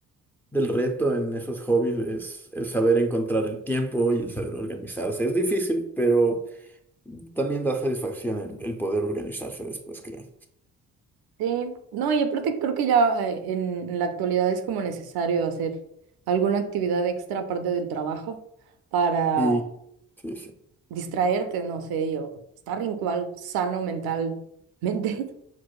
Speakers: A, in the centre; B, on the right.
A: del reto en esos hobbies es el saber encontrar el tiempo y el saber organizarse. Es difícil, pero también da satisfacción el, el poder organizarse después, creo.
B: Sí, no, y aparte creo que ya eh, en, en la actualidad es como necesario hacer alguna actividad extra aparte del trabajo para
A: Sí, sí, sí.
B: distraerte, no sé, y, o estar igual sano mentalmente. <laughs>